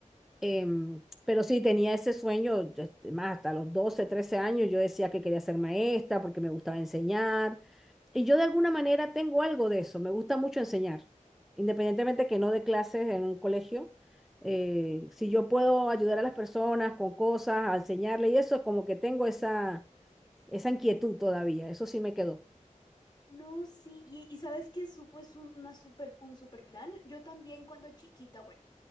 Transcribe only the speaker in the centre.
Em, pero sí, tenía ese sueño, yo, este, más hasta los 12 13 años, yo decía que quería ser maestra porque me gustaba enseñar. Y yo de alguna manera tengo algo de eso, me gusta mucho enseñar, independientemente que no dé clases en un colegio. eh, si yo puedo ayudar a las personas con cosas, a enseñarle y eso, como que tengo esa esa inquietud todavía, eso sí me quedó.